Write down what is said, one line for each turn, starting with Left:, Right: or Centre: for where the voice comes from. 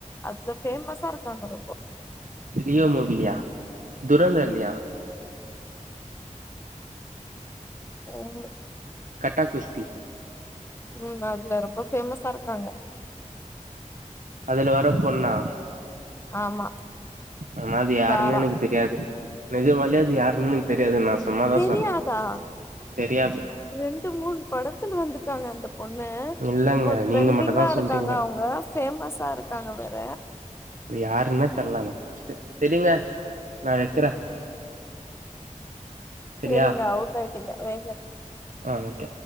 Left: அவ்ளோ ஃபேமஸா இருக்காங்க ரொம்ப
Right: லியோ மொபிலியா துரேந்தர் இல்லியா
Left: வேற ஒன்னு இல்ல
Right: கட்டா குஷ்தி
Left: ம் அதுல ரொம்ப ஃபேமஸா இருக்காங்க
Right: அதுல வரப் பொண்ணா
Left: ஆமா
Right: ஆனா அது யாருன்னே
Left: ஜாரா
Right: எனக்கு தெரியாது நிஜமாலயே அது யாருன்னு எனக்கு தெரியாது நா சும்மாதா
Left: தெரியாதா
Right: சொன்ன தெரியாது
Left: ரெண்டு மூணு படத்துல வந்துட்டாங்க அந்தப் பொண்ணு
Right: இல்லங்க
Left: இப்போ ட்ரெண்டிங்கா
Right: நீங்க மட்டுந்தா
Left: இருக்காங்க
Right: சொல்றீங்க
Left: அவுங்க ஃபேமஸா இருக்காங்க வேற
Right: இப்ழ யாருன்னே தெர்ல எனக்கு பஸ்ட் செரிங்க நா வெக்கற செரியா
Left: செரிங்க அவுட் ஆயிட்டீங்க வெயிங்க
Right: ஆ வெக்க